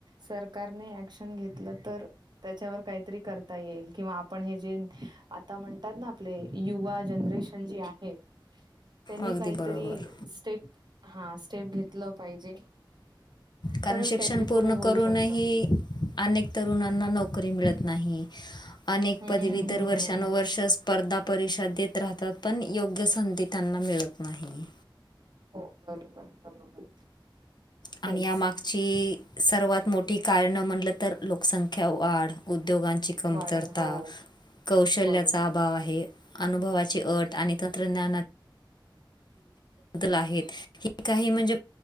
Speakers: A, on the right; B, on the left.
A: सरकारने ऍक्शन घेतलं तर त्याच्यावर काहीतरी करता येईल किंवा आपण हे जे आता म्हणतात ना आपले युवा जनरेशन जे आहे त्यांनी
B: अगदी
A: काहीतरी
B: बरोबर
A: स्टेप हा स्टेप घेतलं पाहिजे
B: कारण
A: तरच
B: शिक्षण
A: काहीतरी
B: पूर्ण
A: पुढे होऊ
B: करूनही
A: शकत
B: अनेक तरुणांना नोकरी मिळत नाही अनेक
A: हम्म
B: पदवी तर
A: हम्म
B: वर्षानुवर्ष स्पर्धा परीक्षा देत राहतात पण योग्य संधी त्यांना मिळत नाही
A: हो बरोबर बरोबर
B: आणि
A: तेच
B: यामागची सर्वात मोठी कारणं म्हटलं तर लोकसंख्या वाढ उद्योगांची कमतरता
A: वाढ हो
B: कौशल्याचा
A: बरोबर
B: अभाव आहे अनुभवाची अट आणि तंत्रज्ञानाची <inaudible> काही म्हणजे